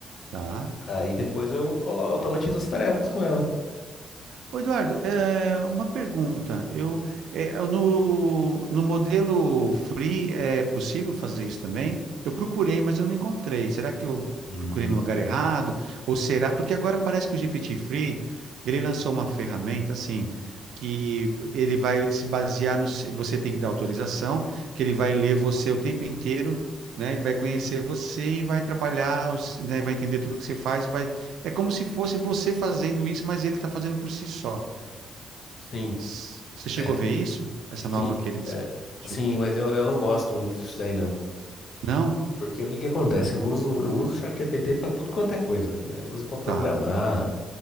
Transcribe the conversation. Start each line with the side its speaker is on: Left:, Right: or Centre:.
Right: tá.
Left: Aí depois eu colo, automatizo as tarefas com ela.
Right: Ô, Eduardo, é, uma pergunta. Eu, é, no, no modelo free é possível fazer isso também? Eu procurei, mas eu não encontrei. Será que eu
Left: Hum,
Right: procurei no lugar errado? Ou será? Porque agora parece que o GPT Free, ele lançou uma ferramenta assim, que ele vai se basear no. se- Você tem que dar autorização, que ele vai ler você o tempo inteiro. Né, ele vai conhecer você e vai trabalhar, os- né, vai entender tudo que você faz e vai é como se fosse você fazendo isso, mas ele está fazendo por si só.
Left: sim,
Right: S- Você chegou
Left: é,
Right: a ver isso? Essa nova
Left: sim,
Right: que ele des-
Left: é,
Right: chegou?
Left: sim, mas eu, eu não gosto muito disso daí não.
Right: Não?
Left: Porque o que que acontece? Eu uso, eu uso o ChatGPT para tudo quanto é coisa, cara. Eu uso para programar,
Right: Tá.